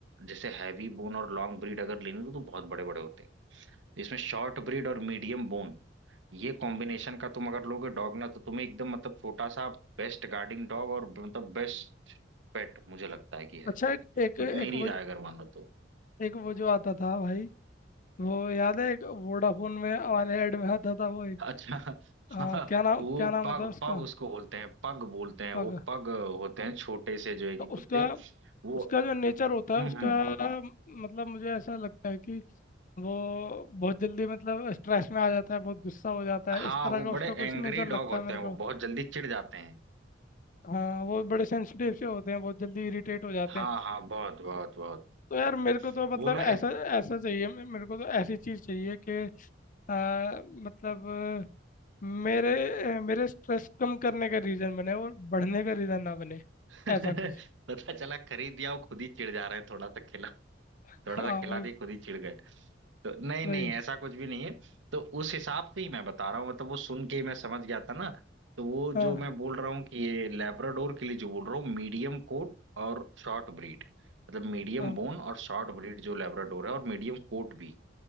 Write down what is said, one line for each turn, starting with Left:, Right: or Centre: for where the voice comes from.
Right: जैसे हैवी बोन और लॉन्ग ब्रीड अगर लेनी हो तो बहुत बड़े बड़े होते हैं तो इसमें शॉर्ट ब्रीड और मीडियम बोन ये कॉम्बिनेशन का तुम अगर लोगे डॉग ना तो तुम्हें एकदम मतलब छोटा सा बेस्ट गार्डिंग डॉग और मतलब बेस्ट पेट मुझे लगता है कि है
Left: अच्छा एक एक
Right: तो
Left: एक
Right: मेरी
Left: वो
Right: राय अगर मानो तो
Left: एक वो जो आता था भाई वो याद है एक वोडाफोन में हमारे ऐड में आता था वो एक
Right: अच्छा
Left: आ,
Right: हाँ,
Left: क्या नाम
Right: वो
Left: क्या नाम
Right: पग
Left: होता है
Right: पग उसको बोलते हैं पग बोलते हैं
Left: उसका
Right: वो पग होते हैं छोटे से जो है कि
Left: तो उसका
Right: कुत्ते वो
Left: उसका जो नेचर होता है
Right: हम्म
Left: उसका
Right: हम्म
Left: मतलब मुझे ऐसा लगता है कि वो बहुत जल्दी मतलब स्ट्रेस में आ जाता है बहुत गुस्सा हो जाता है
Right: हाँ
Left: इस तरह
Right: वो
Left: का उसका
Right: बड़े
Left: कुछ
Right: एंग्री
Left: नेचर
Right: डॉग
Left: लगता
Right: होते
Left: है मेरे
Right: हैं
Left: को
Right: वो बहुत जल्दी चिढ़ जाते हैं
Left: हाँ वो बड़े सेंसिटिव से होते हैं बहुत जल्दी इरिटेट हो जाते
Right: हाँ
Left: हैं
Right: हाँ बहुत बहुत बहुत
Left: तो यार मेरे को तो मतलब
Right: वो ना
Left: ऐसा
Right: एक
Left: ऐसा चाहिए मे- मेरे को तो ऐसी चीज़ चाहिए कि आ, मतलब अ, मेरे अ, मेरे स्ट्रेस कम करने का रीज़न बने और बढ़ने का रीज़न ना बने
Right: <laughs>
Left: ऐसा कुछ
Right: पता चला खरीद दिया वो खुद ही चिढ़ जा रहे हैं थोड़ा सा
Left: हाँ
Right: थोड़ा सा खिला
Left: वही
Right: दी खुद ही चिढ़ गए तो नहीं नहीं
Left: वही
Right: ऐसा कुछ भी नहीं है तो उस हिसाब से ही मैं बता रहा हूँ मतलब वो सुन के ही मैं समझ गया था ना तो वो
Left: हाँ
Right: जो मैं बोल रहा हूँ कि ये लैब्राडोर के लिए जो बोल रहा हूँ मीडियम कोट और शॉर्ट ब्रीड मतलब मीडियम
Left: हाँ
Right: बोन और शॉर्ट ब्रीड जो लैब्राडोर है और मीडियम कोट भी